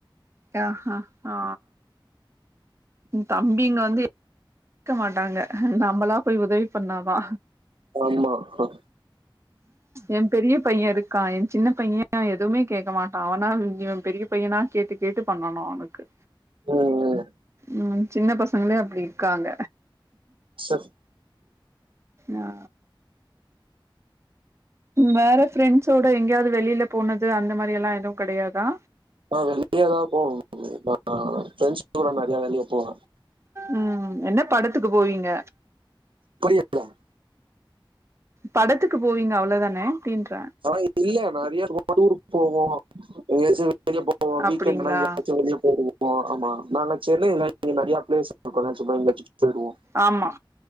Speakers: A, on the right; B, on the right.
A: அ அ ஆ தம்பிங்க வந்து கேக்க மாட்டாங்க நம்மளா போய் உதவி பண்ணாதா
B: ஆமா அ
A: என் பெரிய பையன் இருக்கான் என் சின்ன பையன் எதுவுமே கேக்க மாட்டான் அவனா இவன் பெரிய பையனா கேட்டு கேட்டு பண்ணணும் அவனுக்கு
B: ம் ம்
A: ம் சின்ன பசங்களே அப்டி இருக்காங்க
B: சர்
A: ஆ வேற ஃப்ரெண்ட்ஸோட எங்கயாவது வெளில போனது அந்த மாரி எல்லாம் எதுவும் கடையாதா
B: ஆ வெளியலா போவோம் அ ப்ரெண்ட்ஸ் கூட நறைய வெளியே போவேன்
A: ம் என்ன படத்துக்கு போவீங்க
B: <inaudible>
A: படத்துக்கு போவீங்க அவ்ளோவுதானே அப்டின்ற
B: ஆ இல்ல நறைய ரொம்ப தூரம் போவோம் எங்கயாச்சும் வெளிய போவோம்
A: அப்டிங்களா
B: வீக்கெண்ட்னா எங்கயாச்சும் வெளிய போயிடுவோம் ஓ ஆமா நாண்ல சென்னைல இங்க நறையா பிளேஸ் போலன்னு சொன்ன பிக்ஸ் ஆயிடுவோம்
A: ஆமா